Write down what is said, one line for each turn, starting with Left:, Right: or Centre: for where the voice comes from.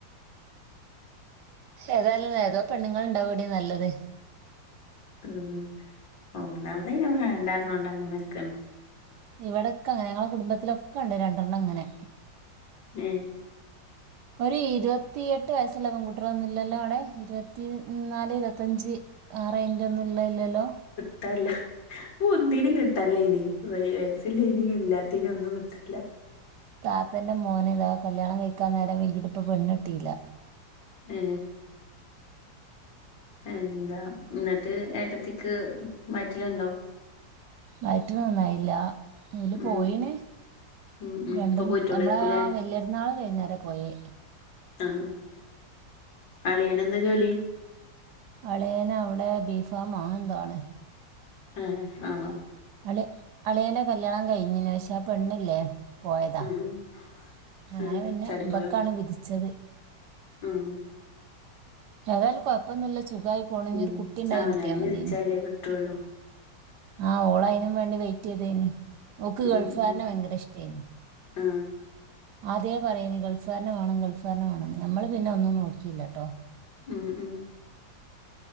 Right: ഏതായാലും ഏതോ പെണ്ണുങ്ങള്ണ്ടാവടി നല്ലത്.
Left: മ് ഒന്നാമത് അയ്ന് വേണ്ടാന്ന്റഞ്ഞോണ്ട ഇങ്ങനെക്ക്ണ്
Right: ഇവിടൊക്കെ അങ്ങനാ. ഞങ്ങളുടെ കുടുംബത്തിലൊക്കെ ഉണ്ട് രണ്ടെണ്ണം അങ്ങനെ.
Left: മ്
Right: ഒരു ഇരുപത്തിയെട്ട് വയസ്സുള്ള പെൺകുട്ടികൾ ഒന്നുംല്ലല്ലോ അവിടെ? ഇരുപത്തി നാല് ഇരുപത്തിഞ്ച് ആ റേഞ്ച്‌ ഒന്നും ഇല്ല ഇല്ലല്ലോ
Left: കിട്ടനില്ല ഇപ്പ ഒന്നിനേം കിട്ടനില്ല ഇനി. വയസുള്ളേനെയും ഇല്ലാത്തിനെയും ഒന്നും കിട്ടില്ല.
Right: താത്തന്റെ മോന ഇതാ കല്യാണം കഴിക്കാൻ നേരം വേകീട്ട് ഇപ്പം പെണ്ണിട്ടില്ല.
Left: ഹേ എന്താ ന്നിട്ട് ഏട്ടത്തിക്ക് വറ്റിലുണ്ടോ?
Right: വയറ്റിലോന്നുമായില്ല. ഓല് പോയിന്
Left: ഉം ഉം ഉം
Right: രണ്ടും
Left: ഇപ്പൊ പോയിട്ടോളേക്കൂലേ
Right: നമ്മളെ ആ വലിയപെരുന്നാള് കഴിഞ്ഞേരം പോയേ.
Left: ആഹ അളിയൻ എന്താ ജോലി?
Right: അളിയൻ അവിടെ ബീഫമോ അങ്ങനെന്തോ ആണ്.
Left: ആഹ ആഹ
Right: അളി അളിയല്ലെ കല്യാണം കഴിഞ്ഞിനു പക്ഷെ ആ പെണ്ണില്ലേ പോയതാ
Left: <unintelligible>
Right: അങ്ങനെ
Left: ആ
Right: പിന്നെ
Left: ചാടിപ്പോയോ
Right: ഇബക്കാണ് വിധിച്ചത്
Left: ഉം
Right: ഏതാലും കുഴപ്പന്നുമില്ല. സുഖമായി പോണു. ഇനി
Left: ഉം
Right: ഒരു കുട്ടി ഉണ്ടായി
Left: അവനാന്
Right: കിട്ടിയാ മതീന്.
Left: വിധിച്ചാലേ കിട്ടുള്ളൂ
Right: ആഹ് ഓൾ അയിനും വേണ്ടി വെയിറ്റ് ചെയ്തേനി. ഓൾക്ക്
Left: ഉം
Right: ഗൾഫ്
Left: ഉം
Right: കാരനെ ഭയങ്കര ഇഷ്ടേന്.
Left: ആ
Right: അദ്യെ പറയുന് ഗൾഫ് കാരനെ വേണം ഗൾഫുകാരനെ വേണം നമ്മള് പിന്നെ ഒന്നും നോക്കിയില്ലട്ടോ
Left: ഉം ഉ